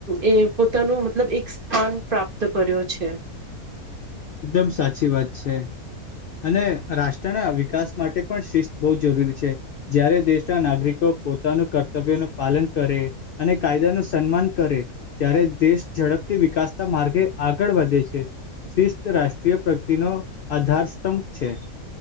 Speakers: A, on the right; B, on the left.
A: એ પોતાનું મતલબ એક સ્થાન પ્રાપ્ત કર્યો છે.
B: દમ સાચી વાત છે. અને રાષ્ટ્રના વિકાસ માટે પણ શિસ્ત બહુ જરૂરી છે જ્યારે દેશના નાગરિકો પોતાનું કર્તવ્ય ન પાલન કરે અને કાયદા નું સન્માન કરે ત્યારે દેશ જડ ડપથી વિકાસતા માર્ગે આગળ વધે છે શિસ્ રાષ્ટ્રીય પ્રગતિનો આધારસ્તંભ છે.